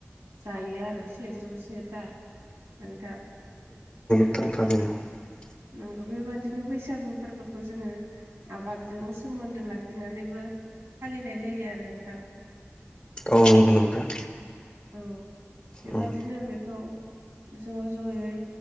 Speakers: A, on the right (about 80°); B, on the left (about 20°).
A: जायो आरो सेजौ सेथा नोंथां
B: <inaudible>
A: नंगौ बेबादिनो बैसागु फोरबोखौ जोङो आबादजों सोमोन्दो लाखिनानैबो फालिनाय जायो आरो नोंथां।
B: औ नोंगौ नोंथां
A: औ बेबादिनो
B: उम
A: बेखौ ज जयै